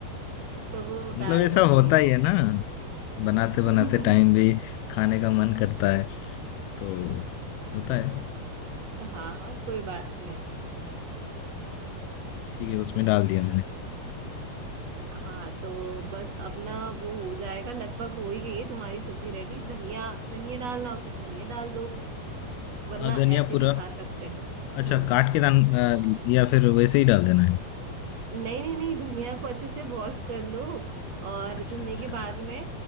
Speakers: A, on the right; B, on the left.
A: तो वो
B: मतलब
A: डाल
B: ऐसा
A: दो पनीर
B: होता ही
A: उसमें
B: है ना, बनाते-बनाते
A: <laughs>
B: टाइम भी खाने का मन करता है, तो होता है।
A: हाँ हाँ कोई बात नहीं
B: ठीक है, उसमें डाल दिया मैंने।
A: हाँ तो बस अब ना वो हो जाएगा लगभग हो ही गई है तुम्हारी सब्जी रेडी धनिया धनिया डालना हो तो धनिया डाल दो वरना
B: अ, धनिया
A: ऐसे
B: पूरा
A: भी खा सकते हैं
B: अच्छा
A: हम्म
B: काट के डाल अ, या फिर वैसे ही डाल देना है?
A: नहीं नहीं नहीं धनिया को अच्छे से वॉश कर लो और
B: अच्छा,
A: धुलने
B: अच्छा।
A: के बाद में